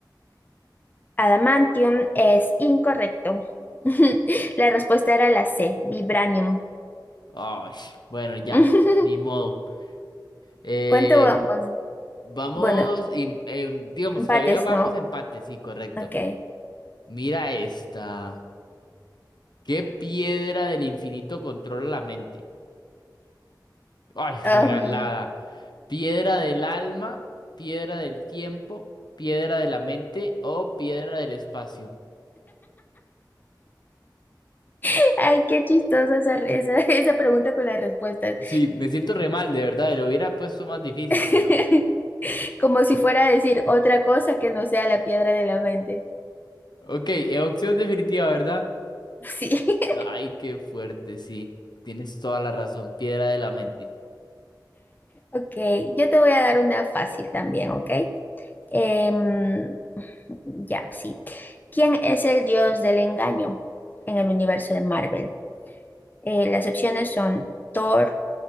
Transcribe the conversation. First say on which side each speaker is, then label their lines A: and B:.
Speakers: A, on the left (about 25°); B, on the left (about 70°).
A: Adamantium es incorrecto. <laughs> La respuesta era la C, vibranium.
B: Ay, bueno, ya,
A: <laughs>
B: ni modo. Eh,
A: ¿Cuánto vamos?
B: vamos,
A: Bueno,
B: y- em, digamos,
A: empates,
B: todavía vamos
A: ¿no?
B: a empate, sí, correcto.
A: Ok.
B: Mira esta. ¿Qué piedra del infinito controla la mente? Ay,
A: Ah,
B: regalada. Piedra del alma, piedra del tiempo, piedra de la mente o piedra del espacio.
A: <laughs> ay, qué chistosa esa, esa, <laughs> esa pregunta con las respuestas.
B: Sí, me siento re mal, de verdad. Lo hubiera puesto más difícil,
A: <laughs>
B: pero.
A: Como si fuera a decir otra cosa que no sea la piedra de la mente.
B: Ok, eh, opción definitiva, ¿verdad?
A: Sí. <laughs>
B: Ay, qué fuerte, sí. Tienes toda la razón. Piedra de la mente.
A: Ok, yo te voy a dar una fácil también, ¿ok? Em, ya, sí. ¿Quién es el dios del engaño en el universo de Marvel? Eh, las opciones son Thor,